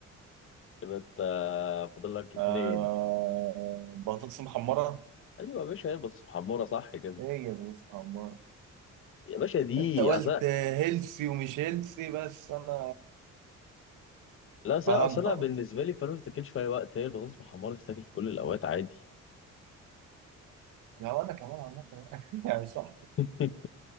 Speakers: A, on the left; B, on the right.
A: كده انت فاضل لك اتنين
B: آه بطاطس محمرة
A: ايوه يا باشا هي بس محمره صح كده
B: هي بطاطس محمرة
A: يا باشا دي
B: انت قلت
A: اصل
B: هيلثي ومش هيلثي بس انا
A: لا اصل
B: فهمت
A: اصل أنا
B: على
A: بالنسبه
B: طول
A: لي فلوس تاكل في اي وقت هي البطاطس محمره تتاكل في كل الاوقات عادي
B: لو انا كمان عملت <laughs> يعني صح
A: <laughs>